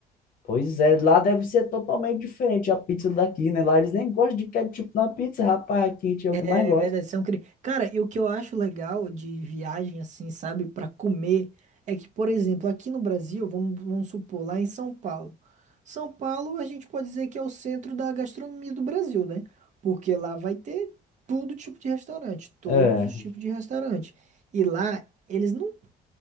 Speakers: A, on the left; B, on the right.
A: Pois é, lá deve ser totalmente diferente a pizza daqui, né? Lá eles nem gostam de ketchup na pizza, rapaz, quente é o que mais
B: É
A: gosta.
B: verdade, são cri... Cara, e o que eu acho legal de viagem, assim, sabe, pra comer, é que, por exemplo, aqui no Brasil, vamos, vamos supor, lá em São Paulo. São Paulo, a gente pode dizer que é o centro da gastronomia do Brasil, né? Porque lá vai ter todo tipo de restaurante, todos
A: É,
B: os tipos de restaurante. E lá, eles não,